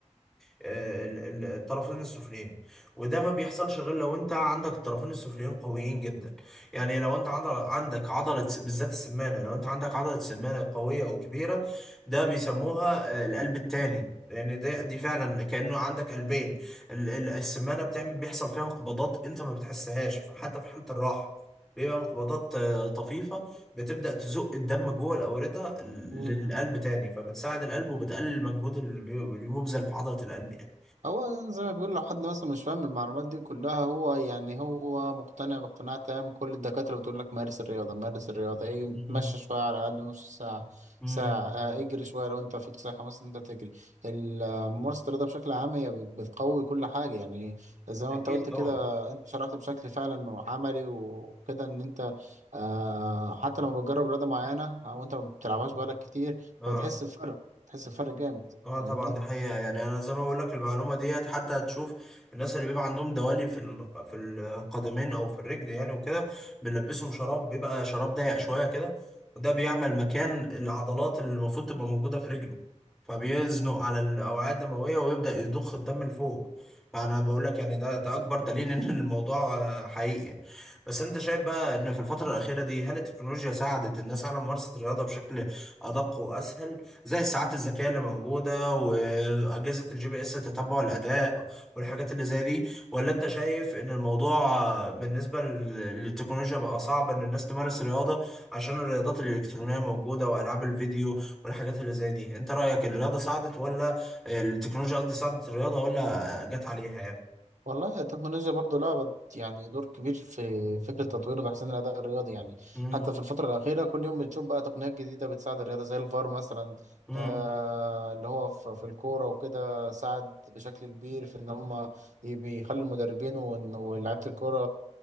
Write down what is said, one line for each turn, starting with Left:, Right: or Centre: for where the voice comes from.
Centre: ال- ال- الطرفين السفليين وده ما بيحصلش غير لو انت عندك الطرفين السفليين قويين جدا يعني لو انت عندك عندك عضلة س- بالذات السمانة لو انت عندك عضلة سمانة قوية وكبيرة ده بيسموها آه، القلب التاني لان ده دي فعلا كانه عندك قلبين ال- ال- السمانه بتعمل بيحصل فيها انقباضات انت ما بتحسهاش حتى في حاله الراحه بيبقى انقباضات آه، طفيفه بتبدأ تزق الدم جوه الأوردة للقلب
Right: مم.
Centre: تاني فبتساعد القلب وبتقلل المجهود اللي بي- اللي بيبذل في عضلة القلب يعني
Right: هو زي ما بيقول لو حد مثلا مش فاهم المعلومات دي كلها هو يعني هو مقتنع باقتناع تام كل الدكاترة بتقول لك مارس الرياضة مارس الرياضة ايه اتمشى
Centre: مم.
Right: شوية على الأقل نص ساعة
Centre: امم
Right: ساعة آه اجري شوية لو انت فيك صحة مثلا انت تجري ال- آه، ممارسة الرياضة بشكل عام هي بت- بتقوي كل حاجة يعني زي ما
Centre: أكيد
Right: انت قلت
Centre: طبعا
Right: كده انت شرحت بشكل فعلا عملي وكده ان انت آه حتى لما بتجرب رياضة معينة او انت ما بتلعبهاش بقالك كتير
Centre: اه
Right: فبتحس بفرق بتحس بفرق جامد
Centre: اه طبعا
Right: فاهمني؟
Centre: دي حقيقة يعني انا زي ما بقول لك المعلومة ديت حتى هتشوف الناس اللي بيبقى عندهم دوالي في ال- في القدمين او في الرجل يعني وكده بنلبسهم شراب بيبقى شراب ضيق شوية كده وده بيعمل مكان العضلات اللي المفروض تبقى موجودة في رجله فبيزنق على الاوعية الدموية ويبدأ يضخ الدم لفوق فانا بقول لك يعني ده ده اكبر دليل ان <laughs> الموضوع آه، حقيقي بس انت شايف بقى ان في الفترة الأخيرة دي هل التكنولوجيا ساعدت الناس على ممارسة الرياضة بشكل ادق واسهل زي الساعات الذكية اللي موجودة وأجهزة الجي بي اس تتبع الأداء والحاجات اللي زي دي ولا أنت شايف إن الموضوع آه، بالنسبة لل- للتكنولوجيا بقى صعب إن الناس تمارس رياضة عشان الرياضات الإلكترونية موجودة وألعاب الفيديو والحاجات اللي زي دي أنت رأيك الرياضة ساعدت ولا آه، التكنولوجيا قصدي ساعدت الرياضة ولا آه، جت عليها يعني؟
Right: والله التكنولوجيا برضو لعبت يعني دور كبير في فكرة تطوير وتحسين الأداء الرياضي يعني
Centre: مم.
Right: حتى في الفترة الأخيرة كل يوم بنشوف بقى تقنيات جديدة بتساعد الرياضة زي الفار مثلا
Centre: مم.
Right: آه اللي هو في, في الكورة وكده ساعد بشكل كبير في إن هم ي- بيخلي المدربين وإن- ولاعيبة الكورة